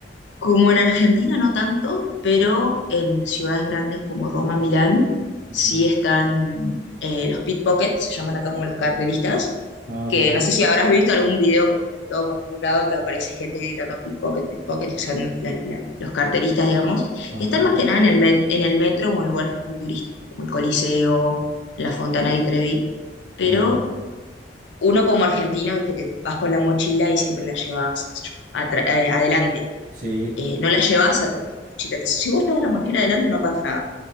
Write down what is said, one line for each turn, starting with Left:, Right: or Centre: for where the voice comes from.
Left: Como en Argentina no tanto, pero en ciudades grandes como Roma, Milán, sí
Right: Ujú.
Left: están eh, los pickpockets, se llaman acá como los carteristas,
Right: Ah,
Left: que
Right: ok.
Left: no sé si habrás visto algún video como todo por algún lado que aparece gente gritando pickpocket, pickpocket, que son la- la- los carteristas, digamos,
Right: Ajá.
Left: que están más que nada en el, met- en el metro o en lugares muy turísticos, como el Coliseo, la Fontana di Trevi, pero
Right: Ah, ok.
Left: uno como argentino, viste que vas con la mochila y siempre la llevas, qué sé yo, atra- eh, adelante
Right: Sí,
Left: eh, no la llevas atrás de la mochila. Entonces, si vos llevas la mochila adelante, no pasa nada.